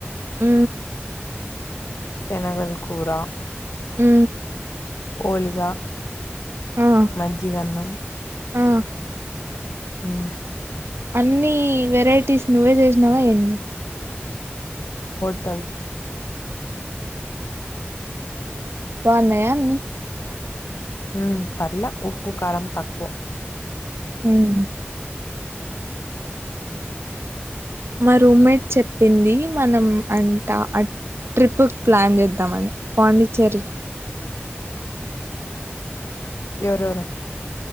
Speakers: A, on the right; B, on the left.
A: ఉ
B: సెనగల్ కూర
A: ఉ
B: ఓలిగా
A: ఆ
B: మజిగన్నం
A: ఆ
B: హు
A: అన్ని వెరైటీస్ నువ్వే చేసినావ ఏంది
B: హోటల్
A: బానయ్య అన్ని
B: హ పర్లే ఉప్పు కారం తక్కువ
A: మ్మ్ మా రూమ్మేట్ చెప్పింది మనం అంట ట్రిప్పు కి ప్లాన్ చేద్దామని పాండిచ్చేరి
B: ఎవరెవరు